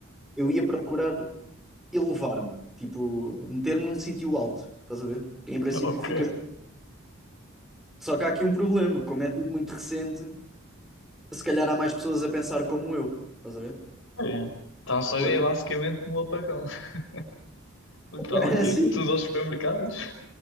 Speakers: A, in the centre; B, on the left (about 70°).
A: eu ia procurar elevar-me, tipo, meter-me num sítio alto, estás a ver? Em princípio
B: <laughs> ok,
A: ficas. Só que há aqui um problema, como é tudo muito recente, se calhar há mais pessoas a pensar como eu, estás a ver?
B: pá, é. Então, ou seja,
A: Portanto,
B: é basicamente um apagão. <laughs> Literalmente,
A: <laughs> assim,
B: ia tudo aos supermercados.